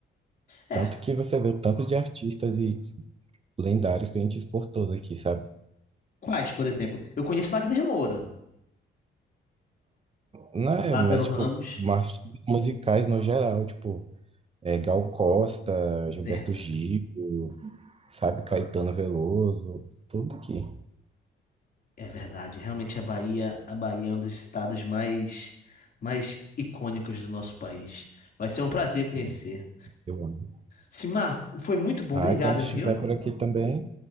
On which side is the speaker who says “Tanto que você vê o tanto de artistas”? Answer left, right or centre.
Right